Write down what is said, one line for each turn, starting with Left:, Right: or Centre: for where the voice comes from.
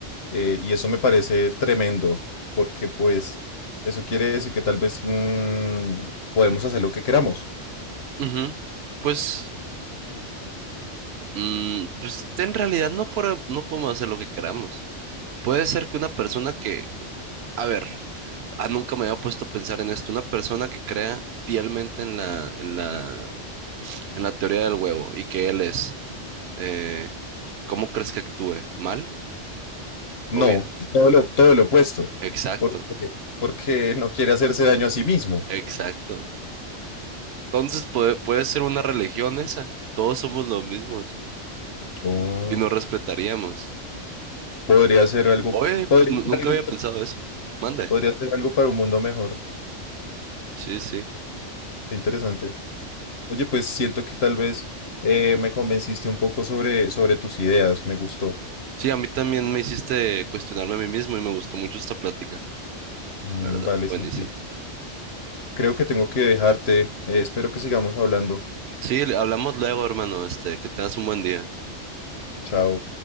Left: Eh, y eso me parece tremendo, porque pues eso quiere decir que tal vez mm, podemos hacer lo que queramos.
Right: Ujú. Pues, mm, pues en realidad no, por- no podemos hacer lo que queramos. Puede ser que una persona que, a ver, ah, nunca me había puesto a pensar en esto, una persona que crea fielmente en la, en la, en la teoría del huevo y que él es, eh, ¿cómo crees que actúe? ¿Mal
Left: No,
Right: o bien?
Left: todo lo, todo lo opuesto,
Right: Exacto,
Left: porque, porque no quiere hacerse daño a sí mismo.
Right: exacto. Entonces puede, puede ser una religión esa. Todos somos los mismos
Left: Oh,
Right: y nos respetaríamos.
Left: podría ser algo,
Right: Oye, pues
Left: podría
Right: nu-
Left: ser
Right: nunca
Left: algo,
Right: había pensado eso. Mande.
Left: podría ser algo para un mundo mejor.
Right: Sí, sí.
Left: Qué interesante. Oye, pues siento que tal vez eh, me convenciste un poco sobre, sobre tus ideas. Me gustó.
Right: Sí, a mí también me hiciste cuestionarme a mí mismo y me gustó mucho esta plática,
Left: Mm,
Right: la ¿verdad?
Left: vale,
Right: Buenísimo.
Left: Santi. Creo que tengo que dejarte. Eh, espero que sigamos hablando.
Right: Sí, le- hablamos luego, hermano. Este, que tengas un buen día.
Left: Chao.